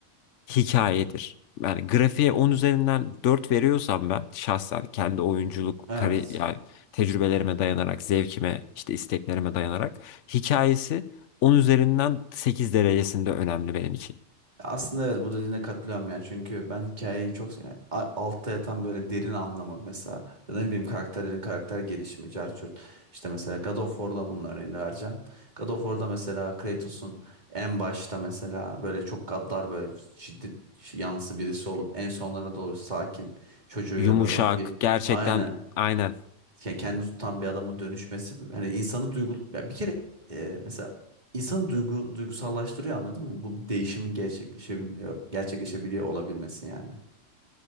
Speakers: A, on the left; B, on the right.
A: hikayedir. Yani grafiğe 10 üzerinden 4 veriyorsam ben şahsen kendi oyunculuk
B: Evet.
A: kari yani tecrübelerime dayanarak, zevkime, işte isteklerime dayanarak hikayesi 10 üzerinden 8 derecesinde önemli benim için.
B: Aslında evet bu dediğine katılıyorum ya. Çünkü ben hikayeyi çok seviyorum. A- Altta yatan böyle derin anlamı mesela ya da ne bileyim karakterlerin karakter gelişimi, carçurt. İşte mesela God of War'da bunun örneğini vereceğim. God of War'da mesela Kratos'un en başta mesela böyle çok gaddar böyle şiddet yanlısı birisi olup en sonlara doğru sakin çocuğuyla
A: Yumuşak,
B: böyle vakit.
A: gerçekten
B: Aynen
A: aynen.
B: yani kendini tutan bir adama dönüşmesi hani insanı duygu ya bir kere e, mesela insanı duygu duygusallaştırıyor anladın mı? Bu değişimin gerçekleşebiliyor gerçekleşebiliyor olabilmesi yani.